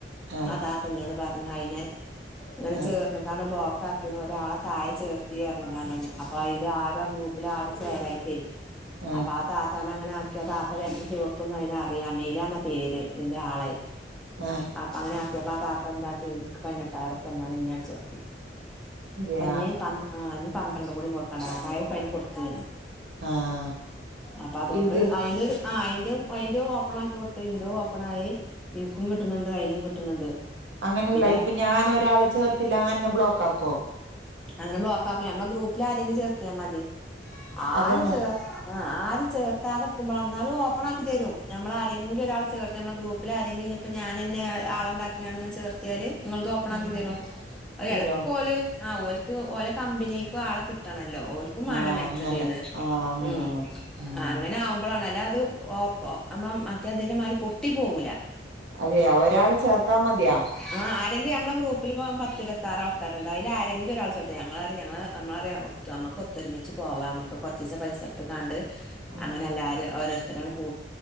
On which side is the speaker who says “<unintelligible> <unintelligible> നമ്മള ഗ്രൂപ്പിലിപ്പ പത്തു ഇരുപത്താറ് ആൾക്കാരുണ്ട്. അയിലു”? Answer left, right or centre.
Centre